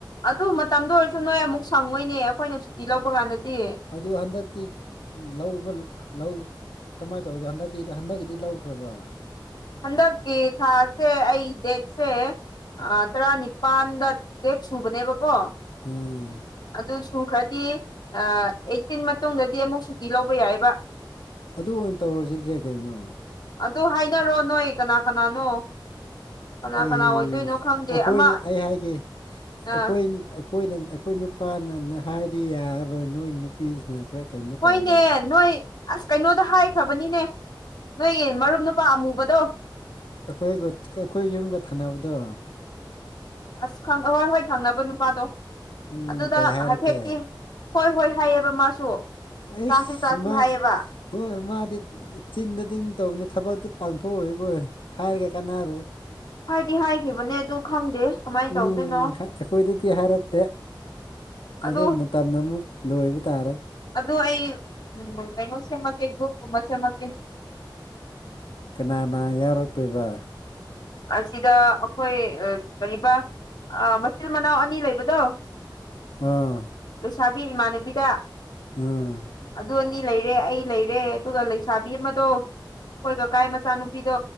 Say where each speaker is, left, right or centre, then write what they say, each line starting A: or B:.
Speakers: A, on the left (about 60°); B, on the left (about 85°).
A: ꯑꯗꯨ ꯃꯇꯝꯗ ꯑꯣꯏꯔꯁꯨ ꯅꯣꯏ ꯑꯃꯨꯛ ꯁꯪꯉꯣꯏꯅꯦ ꯑꯩꯈꯣꯏꯅ ꯁꯨꯇꯤ ꯂꯧꯕ ꯀꯥꯟꯗꯗꯤ
B: ꯑꯗꯨ ꯍꯟꯗꯛꯇꯤ ꯂꯧꯕ ꯂꯧ ꯀꯃꯥꯏ ꯇꯧꯔꯒꯦ ꯍꯟꯗꯛꯀꯤ ꯍꯟꯗꯛꯀꯤꯗꯤ ꯂꯧꯈ꯭ꯔꯕ
A: ꯍꯟꯗꯛꯀꯤ ꯊꯥꯁꯦ ꯑꯩ ꯗꯦꯠꯁꯦ ꯑ ꯇꯔꯥꯅꯤꯄꯥꯥꯟꯗ ꯗꯦꯠ ꯁꯨꯕꯅꯦꯕꯀꯣ
B: ꯎꯝ
A: ꯑꯗꯨ ꯁꯨꯈ꯭ꯔꯗꯤ ꯑꯩꯠꯇꯤꯟ ꯃꯇꯨꯡꯗꯗꯤ ꯑꯃꯨꯛ ꯁꯨꯇꯤ ꯂꯧꯕ ꯌꯥꯏꯕ
B: ꯑꯗꯨ ꯑꯣꯏꯅ ꯇꯧꯔꯁꯤꯗ ꯀꯩꯅꯣ
A: ꯑꯗꯨ ꯍꯥꯏꯅꯔꯣ ꯅꯣꯏ ꯀꯅꯥ ꯀꯅꯥꯅꯣ ꯀꯅꯥ
B: ꯑꯩ
A: ꯀꯅꯥ ꯑꯣꯏꯗꯣꯏꯅꯣ ꯈꯪꯗꯦ
B: ꯑꯩꯈꯣꯏ
A: ꯑꯃ
B: ꯑꯩ ꯍꯥꯏꯒꯦ
A: ꯑ
B: ꯑꯩꯈꯣꯏ ꯑꯩꯈꯣꯏꯅ ꯑꯩꯈꯣꯏ ꯅꯨꯄꯥꯅ ꯍꯥꯏꯗꯤ ꯌꯥꯔꯔꯣꯏ ꯅꯣꯏ ꯅꯨꯄꯤꯁꯤꯅ ꯈꯔ ꯀꯩꯅꯣ
A: ꯍꯣꯏꯅꯦ
B: ꯇꯧꯔꯣ
A: ꯅꯣꯏ ꯑꯁ ꯀꯩꯅꯣꯗ ꯍꯥꯏꯈ꯭ꯔꯕꯅꯤꯅꯦ ꯅꯣꯏꯒꯤ ꯃꯔꯨꯞ ꯅꯨꯄꯥ ꯑꯃꯨꯕꯗꯣ
B: ꯑꯩꯈꯣꯏ ꯑꯩꯈꯣꯏ ꯌꯨꯝꯒ ꯊꯥꯟꯅꯕꯗꯣ
A: ꯑꯁ ꯍꯣꯏ ꯍꯣꯏ ꯊꯪꯅꯕ ꯅꯨꯄꯥꯗꯣ
B: ꯎꯝ
A: ꯑꯗꯨꯗ
B: ꯀꯩ ꯍꯥꯏꯔꯛꯀꯦ
A: ꯍꯥꯏꯐꯦꯠꯀꯤ ꯍꯣꯏ ꯍꯣꯏ ꯍꯥꯏꯌꯦꯕ ꯃꯥꯁꯨ
B: ꯑꯩꯁ
A: ꯆꯥꯁꯤ ꯆꯥꯁꯤ
B: ꯃꯥ
A: ꯍꯥꯏꯌꯦꯕ
B: ꯍꯣꯏ ꯃꯥꯗꯤ ꯆꯤꯟꯗ ꯑꯗꯨꯝ ꯇꯧꯕꯅꯤ ꯊꯕꯛꯇꯤ ꯄꯥꯡꯊꯣꯛꯎꯏꯀꯣꯏ ꯍꯥꯏꯔꯒ ꯀꯥꯟꯅꯔꯣꯏ
A: ꯍꯥꯏꯗꯤ ꯍꯥꯏꯈꯤꯕꯅꯦ ꯑꯗꯨ ꯈꯪꯗꯦ ꯀꯃꯥꯏꯅ ꯇꯧꯗꯣꯏꯅꯣ
B: ꯎꯝ ꯈ ꯑꯩꯈꯣꯏꯗꯗꯤ ꯍꯥꯏꯔꯛꯇꯦ
A: ꯑꯗꯣ
B: ꯑꯗꯨ ꯃꯇꯝꯗ ꯑꯃꯨꯛ ꯂꯣꯏꯕ ꯇꯥꯔꯦ
A: ꯑꯗꯨ ꯑꯩ ꯎꯝ ꯀꯩꯅꯣ ꯁꯦꯝꯃꯛꯀꯦ ꯒ꯭ꯔꯨꯞꯀꯨꯝꯕ ꯁꯦꯝꯃꯛꯀꯦ
B: ꯀꯅꯥꯅ ꯌꯥꯎꯔꯛꯇꯣꯏꯕ
A: ꯑꯁꯤꯗ ꯑꯩꯈꯣꯏ ꯑ ꯀꯔꯤꯕꯥ ꯑꯥ ꯃꯆꯤꯜ ꯃꯅꯥꯎ ꯑꯅꯤ ꯂꯩꯕꯗꯣ
B: ꯑꯥ
A: ꯂꯩꯁꯥꯕꯤ ꯏꯃꯥꯟꯅꯕꯤꯗ
B: ꯎꯝ
A: ꯑꯗꯨ ꯑꯅꯤ ꯂꯩꯔꯦ ꯑꯩ ꯂꯩꯔꯦ ꯑꯗꯨꯒ ꯂꯩꯁꯥꯕꯤ ꯑꯃꯗꯣ ꯑꯩꯈꯣꯏ ꯀꯀꯥꯏ ꯃꯆꯥꯅꯨꯄꯤꯗꯣ